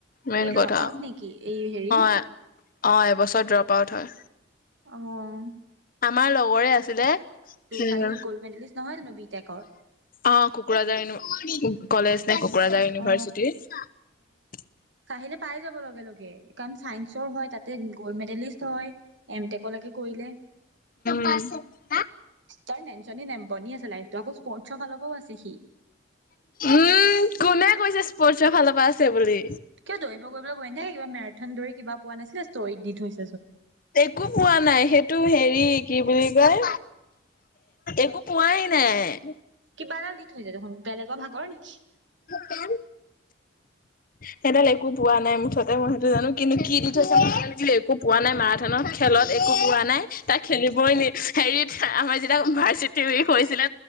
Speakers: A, on the left; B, on the right.
A: মেইন
B: ড্ৰপ
A: কথা
B: আউট নেকি এই হেৰি
A: অ অ এবছৰ। ড্ৰপ আউট হয়।
B: অ উম।
A: আমাৰ লগৰে আছিলে উম।
B: চাহিল গ'ল্ড মেডেলিষ্ট নহয় জানো বি টেকৰ
A: অ কোকৰাঝাৰ ইনু কলেজ। কোকৰাঝাৰ ইউনিভাৰ্চিটিৰ।
B: অ আহিলে পাই যাব লগে লগে কাৰণ চাই চ হয় তাতে গ'ল্ড মেডেলিষ্ট হয় এমটেকলৈকে কৰিলে।
A: পাইছ না
B: তাৰ নেনচনী নেমপনি আছে লাইফ আকৌ স্পৰ্টছৰ ফালৰ পৰাও আছে সি
A: উম কোনে কৈছে স্পৰ্টছৰ ফালৰ পৰা আছে বুলি।
B: কিয় দৌৰিব গৈ পেলাই কিবা মেৰাথন দৌৰি কিবা পোৱা নাছিলে ষ্টৰিত দি ফুৰিছিলে।
A: একো পোৱা নাই সেইটো হেৰি কি বুলি কয় একো পোৱাই নাই
B: কিবা এডাল দি যায় দেখোন বেলেগৰ ভাগত
A: কাম সেইডাল একো পোৱা নাই মুঠতে মই সেইটো জানো কিন্তু কি দি থৈছে ক একো পোৱা নাই মাৰাথানাত। একো পোৱা নাই তাক খেলিবই নি হেৰিত আমাৰ যেতিয়া ইউনিভাৰ্চিটি উইক হৈছিলে।